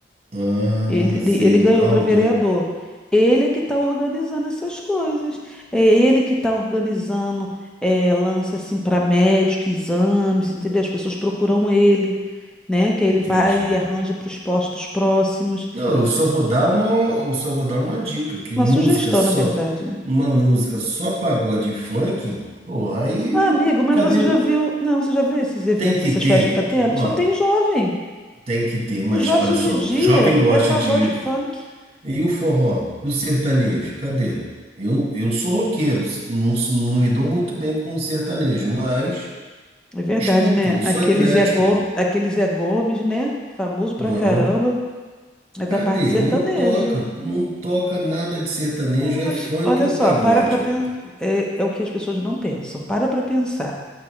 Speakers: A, on the right; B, in the centre.
A: Ah,
B: Ele, ele
A: sei,
B: ele
A: o
B: ganhou
A: Naldo,
B: para vereador.
A: é?
B: Ele é que está organizando essas coisas. É ele que está organizando é, lance assim para médico, exames, entendeu? As pessoas procuram ele, né? Que aí ele
A: Entendi.
B: vai e arranja para os postos próximos.
A: Não, eu só vou dar uma, eu só vou dar uma dica, que
B: Uma
A: música
B: sugestão,
A: só,
B: na verdade, né?
A: uma música só pagode e funk, porra, aí
B: Ah, amigo, mas
A: cadê?
B: você já viu. Não, você já viu esses eventos,
A: Tem que
B: essas
A: ter,
B: festas que tá tendo?
A: ó,
B: Só tem jovem.
A: tem que ter, mas
B: E os jovens
A: olha
B: hoje
A: só,
B: em dia
A: o jovem gosta
B: é pagode
A: de
B: e funk.
A: e o forró, e o sertanejo, cadê? Eu, eu sou roqueiro, não, não me dou muito bem com o sertanejo, mas
B: É verdade,
A: escuto,
B: né?
A: eu sou
B: Aquele
A: eclético.
B: Zé Gomes, aquele Zé Gomes, né? Famoso pra
A: Uhum.
B: caramba. É da
A: Cadê?
B: parte sertaneja.
A: Não toca, não toca nada de sertanejo,
B: É, mas
A: é funk
B: olha
A: ou
B: só,
A: pagode.
B: para pra pensar. É, é o que as pessoas não pensam. Para pra pensar.